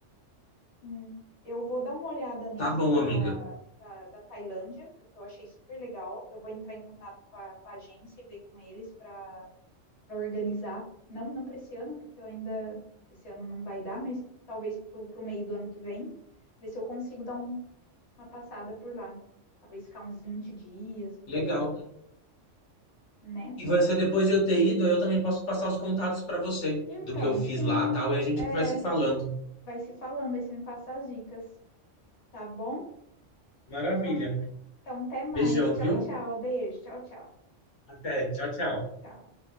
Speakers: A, on the left; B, on the left.
A: Hum, eu vou dar uma olhada nesse
B: Tá bom,
A: da,
B: amiga.
A: da, da Tailândia, porque eu achei super legal. Eu vou entrar em contato com a, com a agência e ver com eles para organizar. Não, não para esse ano, porque eu ainda esse ano não vai dar, mas talvez para o meio do ano que vem, ver se eu consigo dar um- uma passada por lá. Talvez ficar uns 20 dias por
B: Legal.
A: aí, né?
B: E vai ser depois de eu ter ido, aí eu também posso passar os contatos para você
A: Então,
B: do que eu fiz
A: sim,
B: lá, tal, e a gente
A: é,
B: vai se falando.
A: vai se falando aí, você me passa as dicas, tá bom?
B: Maravilha.
A: Então, então até mais.
B: Beijão,
A: Tchau,
B: viu?
A: tchau. Beijo. Tchau, tchau.
B: Até. Tchau, tchau.
A: Tchau.